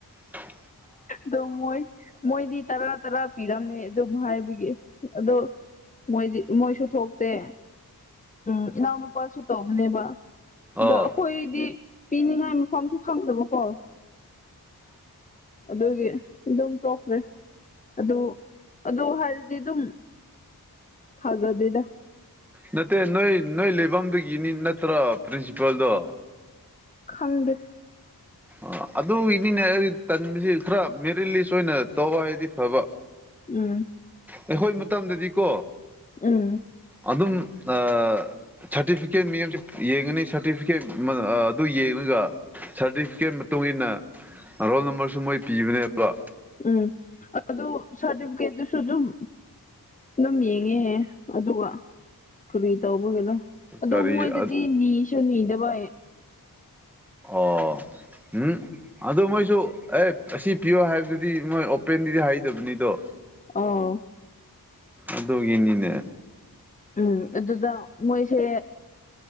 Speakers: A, in the centre; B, on the left.
A: INAUDIBLE
B: ꯗꯣ ꯃꯣꯏ- ꯃꯣꯏꯗꯤ ꯇꯔꯥ ꯇꯔꯥ ꯄꯤꯔꯝꯃꯦ ꯑꯗꯨꯝ ꯍꯥꯏꯕꯒꯤ ꯑꯗꯣ ꯃꯣꯏꯗꯤ ꯃꯣꯏꯁꯨ ꯊꯣꯛꯇꯦ ꯎꯝ ꯏꯅꯥꯎꯅꯨꯄꯥꯁꯨ ꯇꯧꯍꯜꯂꯦꯕ ꯑꯗꯣ
A: ꯑꯣ
B: ꯑꯩꯈꯣꯏꯗꯤ ꯄꯤꯅꯤꯡꯉꯥꯏ ꯃꯐꯝꯁꯨ ꯈꯪꯗꯕꯀꯣ ꯑꯗꯨꯒꯤ ꯑꯗꯨꯝ ꯇꯣꯛꯈ꯭ꯔꯦ ꯑꯗꯨ ꯑꯗꯨ ꯍꯥꯏꯔꯗꯤ ꯑꯗꯨꯝ ꯊꯥꯖꯗꯦꯗ
A: ꯅꯠꯇꯦ ꯅꯣꯏ ꯅꯣꯏ ꯂꯩꯐꯝꯗꯨꯒꯤꯅꯤ ꯅꯠꯇ꯭ꯔꯣ ꯄ꯭ꯔꯤꯟꯁꯤꯄꯜꯗꯣ
B: ꯈꯪꯗꯦ
A: ꯑꯥ ꯑꯗꯨꯒꯤꯅꯤꯅꯦ ꯑꯩ ꯇꯟꯕꯁꯤ ꯈꯔ ꯃꯦꯔꯤꯠ ꯂꯤꯁ ꯑꯣꯏꯅ ꯇꯧꯑꯣ ꯍꯥꯏꯕꯗꯤ ꯐꯕ
B: ꯎꯝ
A: ꯑꯩꯈꯣꯏ ꯃꯇꯝꯗꯗꯤꯀꯣ
B: ꯎꯪꯝ
A: ꯑꯗꯨꯝ ꯑꯥ ꯁꯥꯔꯇꯤꯐꯤꯀꯦꯠ ꯃꯤ ꯌꯦꯡꯉꯅꯤ ꯁꯥꯔꯇꯤꯐꯤꯀꯦꯠ ꯃꯥ ꯑꯥꯑꯗꯨ ꯌꯦꯡꯉꯒ ꯁꯥꯔꯇꯤꯐꯤꯀꯦꯠ ꯃꯇꯨꯡꯏꯟꯅ ꯔꯣꯜ ꯅꯝꯕꯔꯁꯨ ꯃꯣꯏ ꯄꯤꯕꯅꯦꯕ
B: ꯎꯝ ꯑꯗꯨ ꯁꯥꯔꯇꯤꯐꯦꯠꯇꯨꯁꯨ ꯑꯗꯨꯝ ꯑꯗꯨꯝ ꯌꯦꯡꯉꯦꯍꯦ ꯑꯗꯨꯒ ꯀꯔꯤ ꯇꯧꯕꯒꯤꯔꯥ ꯑꯗꯣ
A: ꯀꯔꯤ
B: ꯃꯣꯏꯗꯗꯤ ꯅꯤꯁꯨ- ꯅꯤꯗꯕ
A: ꯑꯣꯑꯣ ꯎꯝꯎꯠ ꯑꯗꯨ ꯃꯣꯏꯁꯨ ꯑꯦ ꯑꯁꯤ ꯄꯤꯌꯣ ꯍꯥꯏꯕꯗꯨꯗꯤ ꯃꯣꯏ ꯑꯣꯄꯦꯟꯗꯗꯤ ꯍꯥꯏꯗꯕꯅꯤꯗꯣ
B: ꯑꯧ
A: ꯑꯗꯨꯒꯤꯅꯤꯅꯦ
B: ꯎꯪ ꯑꯥꯗꯨꯗ ꯃꯣꯏꯁꯦ